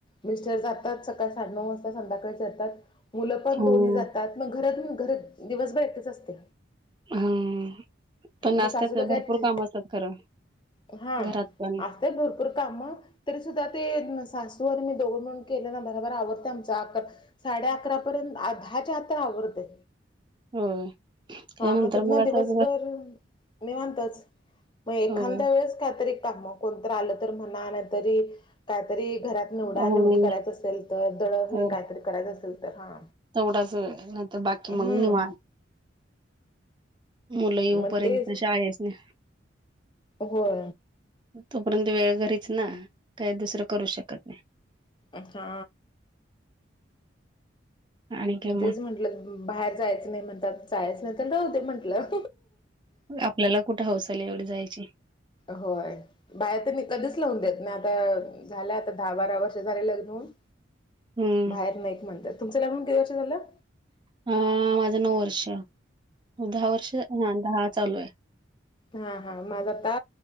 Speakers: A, on the left; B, on the right.
A: मिस्टर जातात सकाळी. नऊ वाजता संध्याकाळी जातात मुलं पण
B: हो.
A: दोन्हीं जातात त्यात मग घरात घर दिवसभर एकटीच असते.
B: हम्म. पण नाशत्यात
A: मग सासूबाई काय
B: भरपूर काम असतात खरं
A: हा
B: घरात पण.
A: असतात भरपूर काम तरी सुद्धा ते सासू आणि मी दोघन म्हणून केले ना ब र आवडते आमचा अक साडे अकरा पर्यंत दहाच्या आत आवरडते.
B: होय त्यानंतर
A: हा मग तत ना
B: असं
A: दिवसभर निवानतच. मग एखाद्या
B: हो
A: वेळेस काहीतरी काम कोणत आलं तर म्हणा नाही तरी काहीतरी घरात निवडा
B: पाहुणे
A: निवडी करायचं असल तर दड
B: तर
A: हे काहीतरी करायचं असेल तर हा
B: तेवढाच वेळ नाहीतर बाकी
A: हम्म
B: मग निवांत मुलं येऊपर्यंत
A: मग तेच
B: शाळेच नाही.
A: होय
B: तोपर्यंत वेळ घरीच ना काही दुसरं करू शकत नाही.
A: आ हा..
B: आणि काय
A: मग तेच म्हंटलं बाहेर जायचं नाही म्हणतात जायच नाही तर राहते म्हंटलं
B: आपल्याला कुठे हाऊस आली एवढी जायची.
A: होय. बाहेर त्यांनी कधीच लावून देत नाही आता झालं आता दहा बारा वर्ष झाले लग्न हून.
B: हम्म
A: बाहेर नाहीच म्हणतात. तुमचा लग्नला किती वर्ष झालं?
B: हा माझं नऊ वर्ष दहा वर्ष हा दहा चालू आहे.
A: हा हा माझ आता